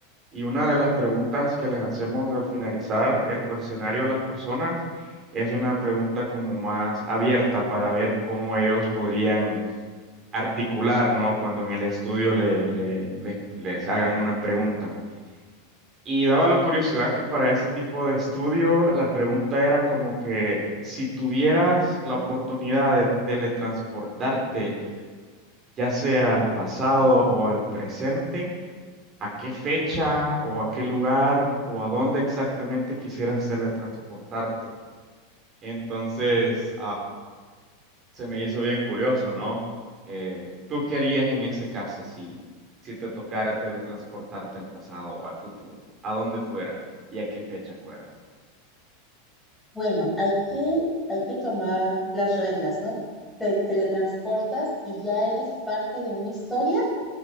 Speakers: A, on the right; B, in the centre.
A: y una de las preguntas que les hacemos al finalizar el cuestionario a las personas es una pregunta como más abierta para ver cómo ellos podrían articular, ¿no? Cuando en el estudio le- le- les les hagan una pregunta. Y daba la curiosidad que para ese tipo de estudio la pregunta era como que si tuvieras la oportunidad de teletransportarte, ya sea al pasado o al presente, ¿a qué fecha o a qué lugar o a dónde exactamente quisieras teletransportarte? Entonces, se me hizo bien curioso, ¿no? Eh, ¿tú qué harías en ese caso si, si te tocara teletransportarte al pasado o al futuro? ¿A dónde fuera y a qué fecha fueras?
B: Bueno, hay que, hay que tomar las reglas, ¿no? ¿Te teletransportas y ya eres parte de una historia